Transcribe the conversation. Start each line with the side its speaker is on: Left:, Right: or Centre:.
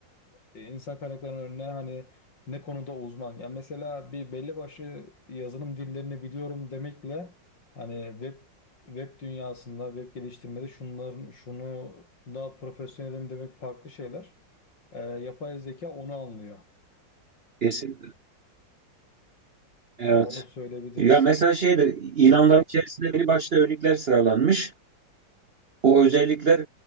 Left: ee, insan kaynaklarının önüne hani ne konuda uzman. Yani mesela bir belli başlı yazılım dillerini biliyorum demekle hani web web dünyasında web geliştirmede şunların şunu daha profesyonelim demek farklı şeyler. Ee, yapay zeka onu anlıyor.
Right: Kesinlikle. Evet.
Left: Yani onu söyleyebiliriz.
Right: Ya mesela şeyde ilanların içerisinde bir başta özellikler sıralanmış. O özellikler